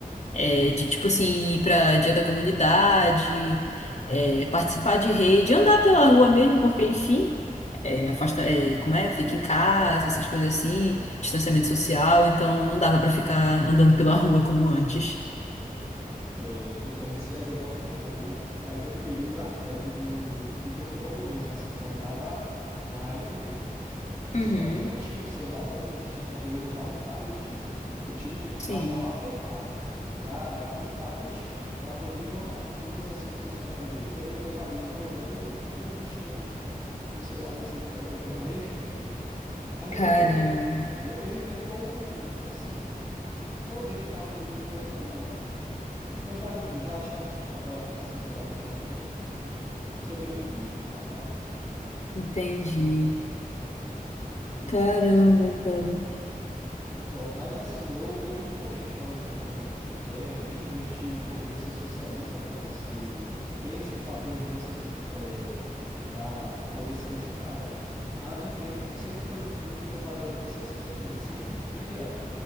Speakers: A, on the left; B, on the right.
A: É, de tipo assim, ir pra dia da comunidade, é, participar de rede, andar pela rua mesmo, porque enfim, é, afasta, é, como é? Fica em casa, essas coisas assim, distanciamento
B: Sim.
A: social, então não dava pra ficar andando pela rua como antes.
B: É, eu comecei a jogar o Pokémon Go ainda no período da febre do, do Pokémon Go mesmo, assim, quando tava na hype mesmo. Só
A: Uhum.
B: que eu não tinha um celular bom, não tinha. Eu usava um tablet, eu tive que baixar
A: Sim.
B: um APK pra, no tablet para poder jogar. E mesmo assim não funcionava direito. Eu via meus amigos jogando eu- e eu não tinha um, um celular decente para jogar, eu morria de inveja. Mas depois
A: Caramba,
B: de um tempo, depois de um tempo eu, assim, eu via que tava todo mundo jogando, mas. Eu já, já tinha acostumado a ficar sem jogar Pokémon Go, então sobrevivi à fase.
A: entendi.
B: Hum.
A: Caramba, cara.
B: Ó, Mas assim, eu vejo muita gente falando de Pokémon Go, que é bem divertido porque você socializa, né? Você tem esse fator de você é, dar, poder sair de casa. A Nintendo sempre foi mu- muito inovadora nesse aspecto. Ele sempre cria